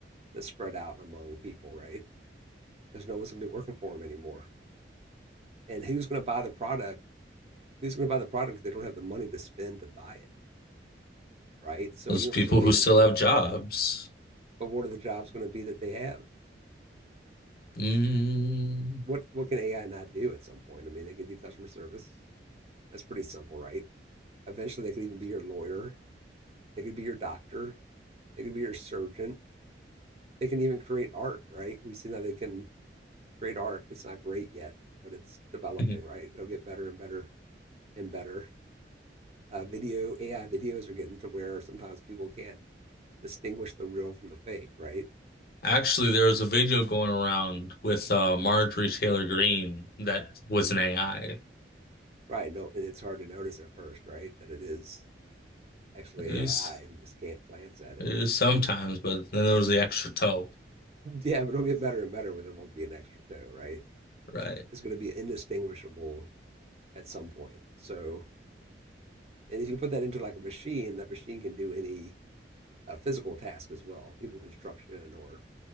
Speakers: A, on the right; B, on the left.
A: to spread out among people, right? Because no one's gonna be working for them anymore. And who's gonna buy the product? Who's gonna buy the product if they don't have the money to spend to buy it, right? So
B: Those
A: universal
B: people
A: basic.
B: who still
A: in-
B: have jobs.
A: But what are the jobs gonna be that they have?
B: Mm.
A: What what can AI not do at some point? I mean, they can do customer service. That's pretty simple, right? Eventually, they could even be your lawyer. They could be your doctor. They can be your surgeon. They can even create art, right? We've seen that they can create art. It's not great yet, but it's developing,
B: <laughs>
A: right? It'll get better and better and better. Uh, video AI videos are getting to where sometimes people can't distinguish the real from the fake, right?
B: Actually, there was a video going around with uh, Marjorie Taylor Greene that was
A: Mm.
B: an AI.
A: Right. No, and it's hard to notice at first, right? That it is actually
B: It was,
A: AI. We just can't glance at it.
B: it was sometimes, but then there was the extra toe.
A: Yeah, but it'll get better and better where there won't be an extra toe, right?
B: Right.
A: It's going to be indistinguishable at some point. So, and if you put that into like a machine, that machine can do any uh, physical task as well, even construction or